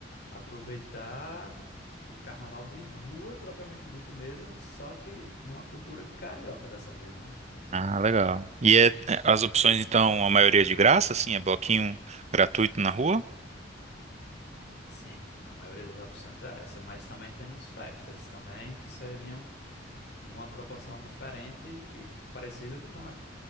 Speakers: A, on the left; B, on the right.
A: aproveitar o carnaval de rua, propriamente dito mesmo, só que numa cultura carioca dessa vez, né?
B: Ah, legal. E é, é, as opções, então, a maioria é de graça, assim, é bloquinho gratuito na rua?
A: Sim, a maioria das opções é essa, mas também temos festas também que seriam numa proporção diferente e parecida com a-